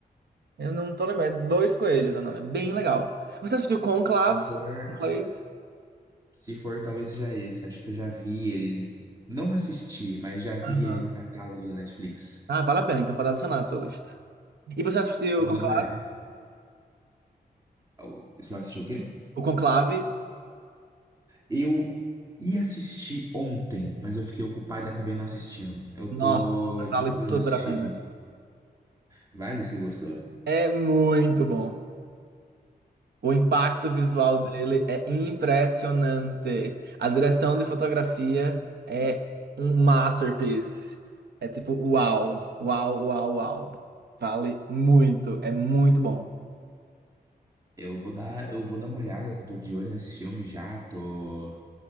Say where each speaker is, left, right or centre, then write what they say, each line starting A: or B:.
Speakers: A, on the right; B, on the right.
A: Eu não tô lembrando. É Dois Coelhos é o nome. É bem legal. Você assistiu Conclave?
B: Se for.
A: Conclave?
B: Se for, talvez seja esse. Acho que eu já vi ele. Não assisti, mas já vi
A: Aham.
B: ele no catálogo da Netflix.
A: Ah, vale a pena, então, para adicionar a sua lista. E você assistiu
B: Vou
A: o Concla-
B: dar uma olhada. O- Você assistiu o quê?
A: o Conclave?
B: Eu ia assistir ontem, mas eu fiquei ocupado e acabei não assistindo. Eu
A: Nossa,
B: tô de
A: vale
B: olho
A: super
B: nesse filme.
A: a pena.
B: Vale, você gostou?
A: É muito bom. O impacto visual dele é impressionante. A direção de fotografia é um masterpiece. É tipo, uau, uau, uau, uau. Vale muito, é muito bom.
B: Eu vou dar, eu vou dar uma olhada. Eu tô de olho nesse filme já. Tô